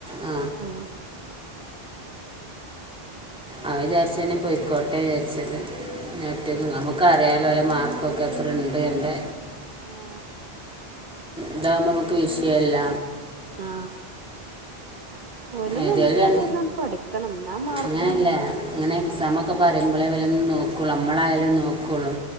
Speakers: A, in the centre; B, on the right.
A: ആ
B: <unintelligible>
A: അവൻ വിചാരിച്ച തന്നെ പോയിക്കോട്ടെ വെച്ചത് ഞാൻ ഒറ്റയ്ക്ക്
B: ഉം
A: നമുക്ക് ഇൻക് അറിയാലോ ഓലെ മാർക്കൊക്കെ എത്ര ഉണ്ട് ന്ന്
B: ആ
A: ഇതാകുമ്പോൾ നമുക്ക് വിഷയമല്ല
B: ആഹ ഓല്
A: ഏതായാലും
B: മെനക്കെട്ടിരുന്നങ്ങട് പഠിക്കണം എന്നാ മാർക്കും
A: അങ്ങനെയല്ല അങ്ങനെ എക്സാമൊക്കെ പറയുമ്പോളേ ഇവലൊന്ന് നോക്കുള്ളൂ നമ്മളായാലും നോക്കയുള്ളൂ